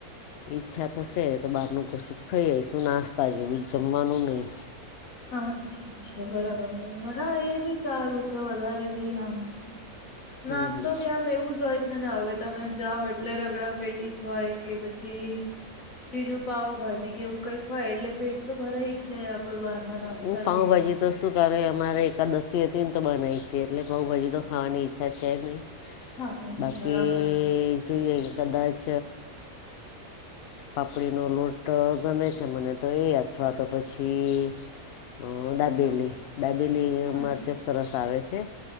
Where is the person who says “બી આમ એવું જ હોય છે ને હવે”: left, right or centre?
Left